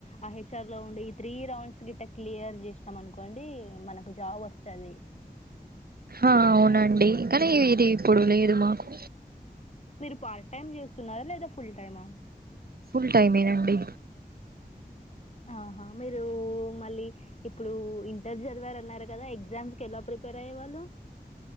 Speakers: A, on the left (about 45°); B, on the right (about 70°).
A: ఆ హెచ్ఆర్ రౌండ్ ఈ త్రీ రౌండ్స్ గి క్లియర్ చేసినాం అనుకోండి మనకు జాబ్ వస్తుంది
B: ఆ అవునండి కానీ ఇది ఇప్పుడు లేదు మాకు
A: మీరు పార్ట్ టైమ్ చేస్తున్నారా లేదా ఫుల్ టైమా
B: ఫుల్ టైమేనండి
A: ఆహా మీరు మళ్ళీ ఇప్పుడు ఇంటర్ చదివారన్నారు కదా ఎగ్జామ్స్కి ఎలా ప్రిపేర్ అయ్యేవాళ్ళు